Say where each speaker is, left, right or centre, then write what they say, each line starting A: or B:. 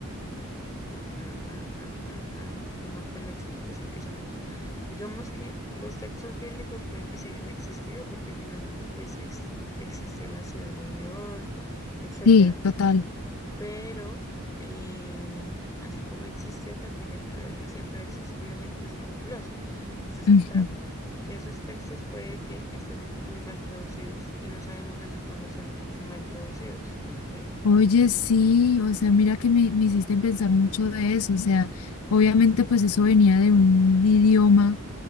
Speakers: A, on the left; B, on the left.
A: mm, mm, mm, mm, mm, mm, mm, ¿Cómo te lo explico sin que suene feo? Digamos que los textos bíblicos puede que se hayan existido porque finalmente pues exi- existió la ciudad de Dios, etcétera
B: sí, total.
A: pero eh, así como existió, también e- ha- siempre ha existido gente escrupulosa. Entonces,
B: Ujú.
A: ¿qué pasa? Que esos textos puede que estén muy mal traducidos y no sabemos desde cuándo están mal traducidos, ¿sí?
B: Oye, sí, o sea, mira que me, me hiciste pensar mucho de eso, o sea, obviamente pues eso venía de un idioma